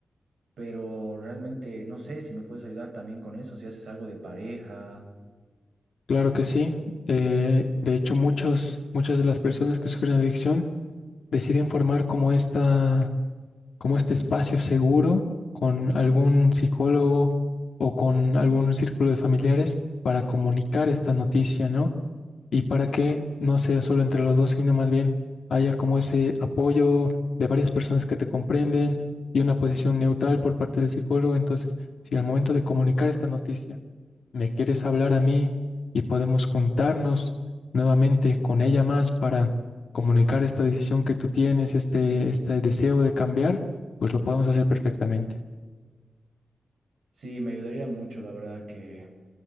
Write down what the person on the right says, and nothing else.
pero realmente no sé si me puedes ayudar también con eso, si haces algo de pareja.
Sí, me ayudaría mucho, la verdad que